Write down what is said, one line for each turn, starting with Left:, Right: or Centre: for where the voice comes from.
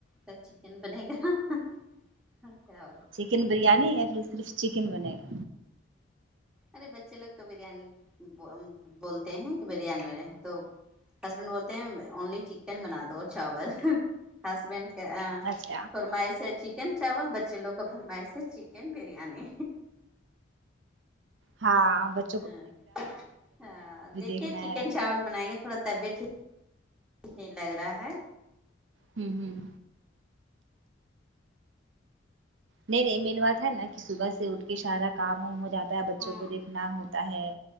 Centre: تو چکن بنے گا اور کیا
Right: چکن بریانی یا پھر صرف چکن بنے گا
Centre: ارے بچے لوگ تو بریانی بو بولتے ہیں کہ بریانی بنے تو ہسبینڈ بولتے ہیں اونلی چکن بنا دو چاول ہ ہسبینڈ ا
Right: گا اچھا
Centre: فرمائش ہے چکن چاول بچے لوگ کا فرمائش چکن بریانی
Right: ہاں بچ
Centre: ہاں ہاں دیکھیے
Right: دیکھنا
Centre: چکن
Right: ہے
Centre: چاول بنائیں گے تھوڑا طبیعت ٹھی <unintelligible> لگ رہا ہے
Right: ھمم ھمم نہیں نہیں مین بات ہے نا کہ صبح سے اٹھ کے شارا کام وام ہو جات تا بچوں
Centre: ہاں
Right: کو دیکھنا ہوتا ہے